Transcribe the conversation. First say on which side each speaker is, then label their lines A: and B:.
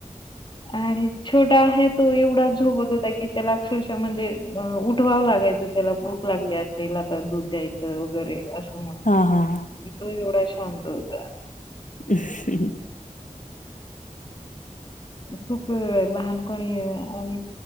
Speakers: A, on the left (about 35°); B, on the left (about 70°).
A: आणि छोटा आहे तो एवढा झोपत होता की त्याला अक्षरशः म्हणजे उठवावं लागायचं. त्याला भूक लागली असेल त्याला आता दूध द्यायचं वगैरे असं म्हण
B: हा हा.
A: तो एवढा शांत होता.
B: ह्
A: खूप वेळा लहानपणी आणि